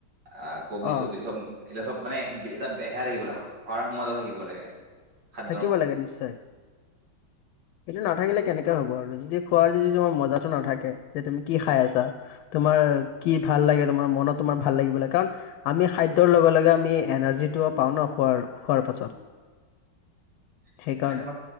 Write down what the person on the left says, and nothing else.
অ
থাকিব লাগে নিশ্চয়। এইটো নাথাকিলে কেনেকে হ'ব আৰু যদি খোৱাৰ যদি তোমাৰ মজাটো নাথাকে যে তুমি কি খাই আছা? তোমাৰ কি ভাল লাগে, তোমাৰ মনত তোমাৰ ভাল লাগিবলৈ কাৰণ আমি খাদ্যৰ লগে লগে আমি এনাৰ্জিটোও পাও‌ ন খোৱাৰ - খোৱাৰ পাছত।
সেইকাৰণে